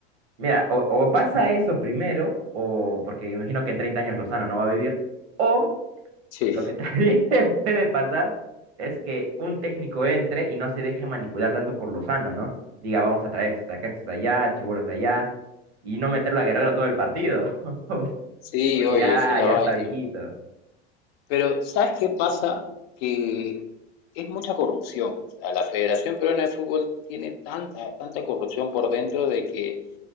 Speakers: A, on the right (about 75°); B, on the left (about 65°).
A: Mira, o, o pasa eso primero, o porque imagino que en 30 años Lozano no va a vivir, o
B: Sí,
A: lo que también <laughs> puede pasar es que un técnico entre y no se deje manipular tanto por Lozano, ¿no? Diga, vamos a traer estos de acá, estos de allá, chibolos de allá, y no meterlo a Guerrero todo el partido, <laughs>
B: sí,
A: porque
B: oye,
A: ya,
B: esa es la
A: ya
B: vaina.
A: está viejito.
B: Pero, ¿sabes qué pasa? Que es mucha corrupción. O sea, la Federación Peruana de Fútbol tiene tanta, tanta corrupción por dentro de que,